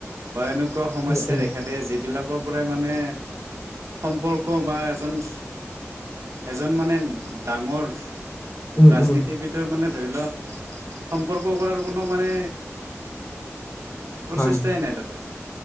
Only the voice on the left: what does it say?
উম
উম উম
উম
হয়